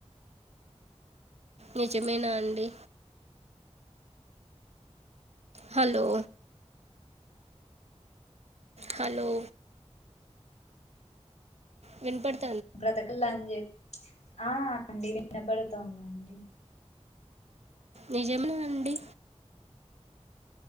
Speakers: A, on the right; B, on the left.
A: నిజమేనా అండి హలో హలో వినపడ్
B: బ్రతకల అని చె ఆ అండి వినపడతోంది
A: నిజమా అండి